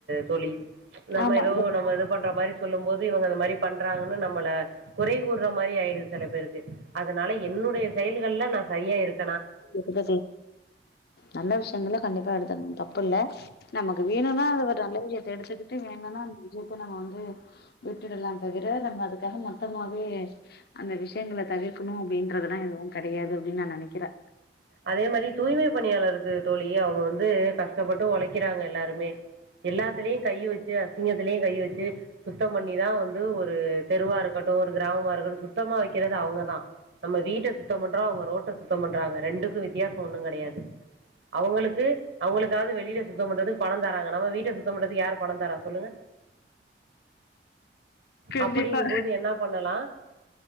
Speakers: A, on the right; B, on the left.
A: தோழி நம்ம
B: ஆமா
A: ஏதோ நம்ம இது பண்ற மாரி சொல்லும் போது இவங்க அந்த மாதிரி பண்றாங்கன்னு நம்மள குறை கூடுற மாரி ஆயிடுது சில பேருக்கு அதனால என்னுடைய செயல் எல்ல நான் சரியா இருக்கே
B: எத்துகெசெல் நல்ல விஷயங்கள கண்டிப்பா எடுத்து தப்பு இல்ல நமக் வேணும்னா அது ஒரு நல்ல விஷயத்தை எடுத்துக்கிட்டு வேணனா அ நஜயப்ப நம்ம வந்து விட்டுடலாம் தவிர நம்ம அதுக்காக மொமாவே அந்த விஷயங்களை தவிர்க்கணும் அப்படின்றது ல்லாம் எதுவும் கிடையாது அப்படின்னு நான் நினைக்கிறேன்
A: அதே மாதிரி தூய்மை பணியாளருக்கு தோழியே அவங்க வந்து கஷ்டப்பட்டு உழைக்கிறாங்க எல்லாருமே எல்லாத்தலயு கை வச்சு அசிங்கத்திலயு கைய வச்சு சுத்தம் பண்ணிதா வந்து ஒரு தெருவா இருக்கட்டு ஒரு கிராமமா இருக்கட்டு சுத்தமா வைக்கிறது அவங்கதா நம்ம வீட்டை சுத்த பண்றொ அவங்க ரோட்ட சுத்தம் பண்றாங்க ரெண்டும் வித்தியாசொ ஒன்னு கிடையாது அவங்களுக்கு அவங்களுக்காவது வெளியில சுத்த பண்றதுக்கு பண தராங்க நம்ம வீட்டை சுத்தண்றதுக்கு யார் பண தரா சொல்லுங்க
B: கண்டிப்பா
A: அப்படிங்கும்போது என்ன பண்ணலா